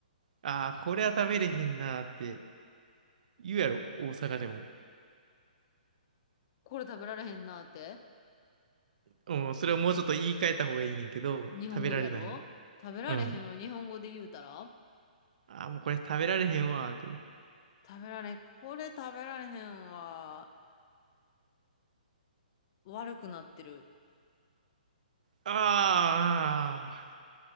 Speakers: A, on the right; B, on the left.
A: ああ、これは食べれへんなーって言うやろ、大阪でも。
B: これ食べられへんなって。
A: うん、それをもうちょっと言い換えた方がいいねんけど、
B: 日本語でやろ食べられへんを日本語で言うたら
A: 食べられないよ。うん。ああ、もうこれ食べられへんわーって。
B: 食べられ、これ食べられへんは悪くなってる。
A: ああ、